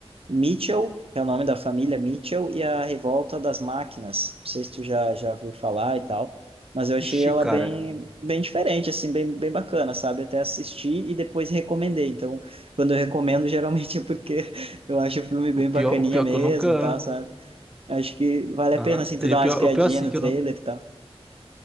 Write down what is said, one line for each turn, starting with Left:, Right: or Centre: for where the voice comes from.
Right: Mitchell, é o nome da família Mitchell, e a Revolta das Máquinas. Não sei se tu já, já viu falar e tal, mas eu achei
Centre: Vixe,
Right: ela
Centre: cara.
Right: bem, bem diferente, assim, bem, bem bacana, sabe? Até assisti e depois recomendei. Então, quando eu recomendo, <laughs> geralmente é porque <laughs> eu acho o filme bem
Centre: O pior,
Right: bacaninha
Centre: o pior
Right: mesmo
Centre: que eu nunca.
Right: e tal, sabe? Acho que vale
Centre: Aham.
Right: a pena, assim, tu
Centre: E
Right: dar
Centre: o pior,
Right: uma espiadinha
Centre: o pior, assim,
Right: no
Centre: que
Right: trailer
Centre: eu nunca
Right: e tal.